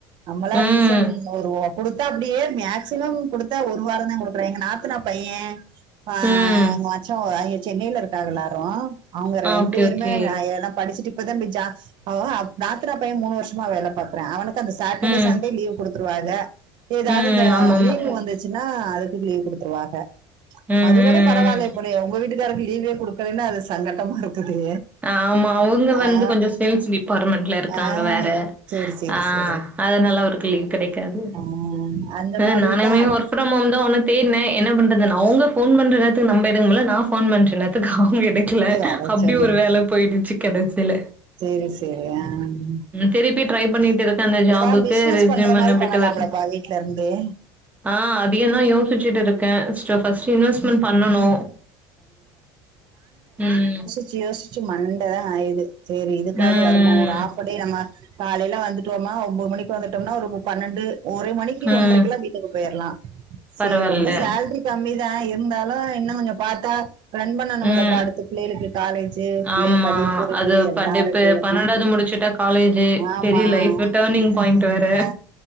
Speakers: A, on the right; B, on the right.
A: நம்மளா
B: ம்
A: ரீசன் ஒரு வ குடுத்தா அப்டியே மேக்சிமம் குடுத்தா ஒரு வாராந்தா குடுக்கறா எங்க நாத்தனா பைய ஆ
B: ம்
A: எங்மச்சோ அவிங்க சென்னைல இருக்காக எல்லாரு அவுங்க
B: ஆ
A: ரெண்டு
B: ஓகே
A: பேருமே
B: ஓகே
A: க எ ன படிச்சுட்டு இப்பதாம் பொய் ஜா அவோ அவ் நாத்தனாப் பைய மூணு வருஷ்மா வேல பாக்குறா அவனுக்கு அந்த சாட்டடே
B: ம்
A: சண்டே லீவ் குடுத்து ருவாக எதாவுது
B: ம்
A: இந்த
B: ஆமா ஆமா
A: லீவு வந்துச்சுன்னா அதுக்கு லீவ் குடுத்துருவாக.
B: ம்
A: அது
B: ம்
A: கூட பரவால்யே
B: ம்
A: போலயே உங்க வீட்டுக்காருக் லீவே குடுக்கலேன்னா அது சங்கட்டமா இருக்குது.
B: ஆமா அவுங்க வந்து
A: ஆ
B: கொஞ்சோ சேல்ஸ் டிபாட்மெண்ட்ல இருக்காங்க
A: ஆ
B: வேற
A: சேரி சேரி
B: ஆ
A: சேரி
B: அதுனால அவுருக்கு லீவு கிடைக்காது.
A: ஆ அந்த
B: ம்
A: மாரிதா
B: நானுமே ஒர் க் ஃப்ரம் ஹோம் தா ஒன்னு தேட்னே என்ன பண்றது அவுங்க ஃபோன் பண்ற நேரத்துக்கு நம்ப எடுக்கமுட்ல நா ஃபோன் பண்ற நேரத்துக் அவுங்க எடுக்ல
A: அத
B: அப்டி
A: சொல்லுங்க
B: ஒரு வேல போயிடுச்சு கடைசில.
A: சேரி சேரி ஆ ம்
B: திருப்பி ட்ரை பண்ணிட்டு இருக்கே அந்த ஜாபுக்கு
A: எதா பிசினஸ்
B: ரெஸ்யூம்
A: பண்ற மாரி
B: அனுப்பிட்டு
A: பண்ணலாம்லபா
B: வர்ல
A: வீ ட்லருந்தே.
B: ஆ அதியுந்தா யோசிச்சுட்டு இருக் கே ஸ்ட்டு இன்வெஸ்ட்மென் பண்ணனு ம்.
A: ச்சு யோசிச்சு மண்டதா காய்து செரி இதுக்காது
B: ம்
A: வருவோ ஒரு ஆஃப்டே நம்ம காலைல வந்துட்டோம்மா ஒம்போது மணிக்கு வந்துட்டம்னா ஒரு ப பன்னெண்டு ஒரு மணிக்கி
B: ம் ம்
A: ஒன்ரைக்கெல்லா வீட்டுக்கு போயிர்லா. சேர்
B: பரவால்ல
A: ரொம்ப சேல்ரி கம்மிதா இருந்தாலு இன்னு கொஞ்சோ பாத்தா ரன் பண்ணனும்லப்பா
B: ம்
A: அடுத்து பிள்ளைளுக்கு காலேஜு பிள்ளைக
B: ஆமா.
A: படிப்பு இருக்கு
B: அது
A: எல்லாருக்கு
B: படிப்பு
A: அ ஹு
B: முடிச்சுட்டா காலேஜு
A: ஆமா
B: பெரிய லைஃப் டர்னிங் பாயிண்ட்
A: அ
B: வேற.